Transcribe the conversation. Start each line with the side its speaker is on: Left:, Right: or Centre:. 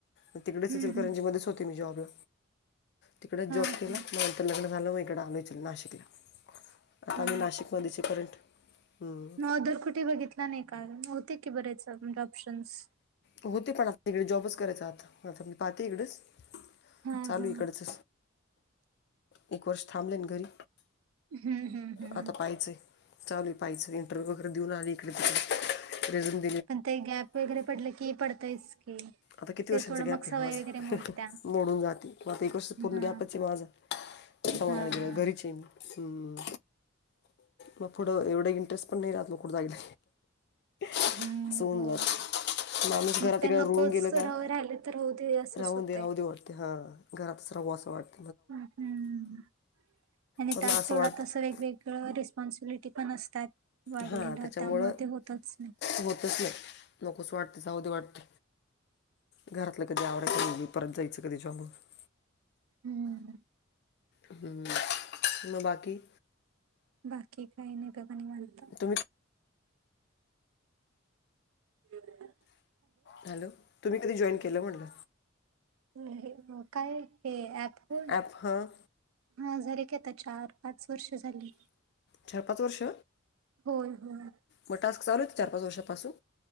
Left: मग तिकडेच
Right: हम्म
Left: इचलकरंजी
Right: हम्म
Left: मध्येच होती मी जॉबला. तिकडच
Right: हा
Left: जॉब केला
Right: हा
Left: मग इकड लग्न झाल मग इकड आले नाशिकला
Right: हा
Left: आम्ही नाशिकमध्येच <unintelligible> हम्म.
Right: ऑदर कुठे बघितला नाही का होते की बरेच अजून म्हणजे ऑप्शन्स.
Left: होते पण आता इकडे जॉबच करायच आता आता मी पाहते इकडेच
Right: हा
Left: चालू
Right: हा
Left: इकडच. एक वर्ष थांबले ना घरी
Right: हम्म हम्म हम्म
Left: आता पाहिचंय. चालूय पाहिच इंटरव्ह्यू वगैरे देऊन आली इकडे तिकडं रेझुम
Right: पण ते गॅप वगैरे पडलं की पडतयच की.
Left: आता किती
Right: ते
Left: वर्षांचा
Right: थोडं
Left: गॅप
Right: मग
Left: आहे
Right: सवय
Left: माझं
Right: वगैरे मोडत्या
Left: मोडून जाते मग आता एक वर्ष
Right: हा
Left: पूर्ण गॅपच आहे माझा.
Right: हा
Left: होना
Right: हा
Left: ग घरीचे मी. हम्म् मग पुढ एवढं इंटरेस्ट पण नाही राहत मग कुठ जायला. असं
Right: हम्म
Left: होऊन
Right: होय
Left: जात. माणूस
Right: मग
Left: एकदा
Right: ते नकोच
Left: रुळून गेल का
Right: राह राहिले तर होऊ दे असंच
Left: राहू
Right: होतय.
Left: दे राहू दे वाटते हां. घरातच राहू असं वाटत.
Right: हम्म् आणि
Left: पण
Right: त्या
Left: मग असं
Right: तेवढा
Left: वाटतं
Right: तस वेगवेग रिस्पॉन्सबिलीटी पण असतात. वाढलेलं
Left: हा त्याच्यामुळ
Right: त्यामुळे ते होतच नाही.
Left: होतच नाही. नकोच वाटते जाऊदे वाटत घरातल कधी आवरायच परत जायच कधी जॉबला ‌
Right: हम्म्
Left: हम्म् म बाकी
Right: बाकी काही नाही सगळं निवांत.
Left: तुम्ही
Right: हम्म्
Left: हॅलो तुम्ही कधी जॉईन केल म्हणल?
Right: अ हे काय हे ऍप होय.
Left: ॲप हं
Right: हा झाले की आता चार पाच वर्ष झाली.
Left: चार पाच वर्ष
Right: होय होय.
Left: मग टास्क चालू आहे चार पाच वर्षापासून.